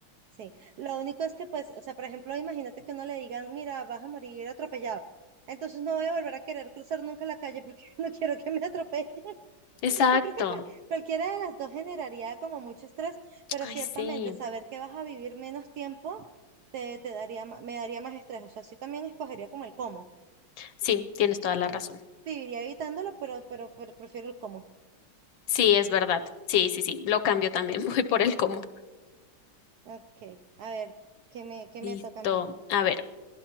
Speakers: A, on the right; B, on the left.
A: Sí, lo único es que, pues, o sea, por ejemplo, imagínate que uno le digan, mira, vas a morir atropellado. Entonces no voy a volver a querer cruzar nunca la calle porque <laughs> no quiero que me atropellen. <laughs>
B: Exacto.
A: Yo creo que cual- cualquiera de las dos generaría como mucho estrés, pero
B: Ay,
A: ciertamente
B: sí.
A: saber que vas a vivir menos tiempo te, te daría, ma- me daría más estrés. O sea, sí también escogería como el cómo.
B: Sí, tienes toda la razón.
A: Viviría evitándolo, pero, pero, pero prefiero el cómo.
B: Sí, es verdad. Sí, sí, sí. Lo cambio también. <laughs> Voy por el cómo.
A: Ok, a ver, ¿qué me, qué
B: Listo.
A: me toca a mí?
B: A ver.